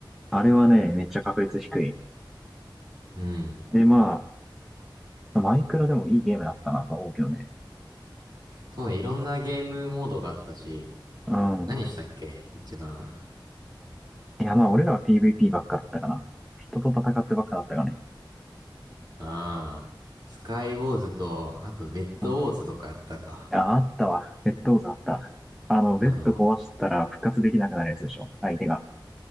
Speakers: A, in the centre; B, on the right (about 60°).
A: あれはね、めっちゃ確率低い。
B: うん。
A: で、まあ、マイクラでもいいゲームだったなと思うけどね。
B: そうね、いろんなゲームモードがあったし、
A: うん。
B: 何したっけ一番。
A: いや、まあ、俺らは PVP ばっかだったかな。人と戦ってばっかだったかね。
B: ああ、スカイウォーズと、あとベッドウォーズとかやったか。
A: うん。あ、あったわ。ベッドウザあった。あの、ベッド壊したら復活できなくなるやつでしょ。
B: あの、
A: 相手が。